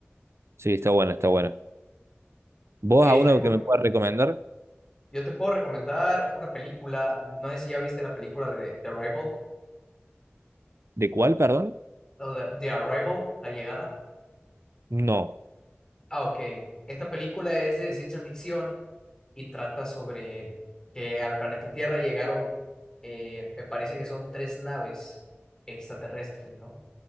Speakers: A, on the right; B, on the left.
A: Sí, está buena, está buena. ¿Vos
B: Ok, está
A: a uno
B: curi-
A: que me puedas recomendar?
B: está curioso. Yo te puedo recomendar una película. No sé si ya viste la película de The Rival
A: ¿De cuál, perdón?
B: la- The Arrival, La Llegada.
A: No,
B: Ah, ok. Esta película es de ciencia ficción y trata sobre que al planeta Tierra llegaron, eh, me parece que son tres naves extraterrestres, ¿no?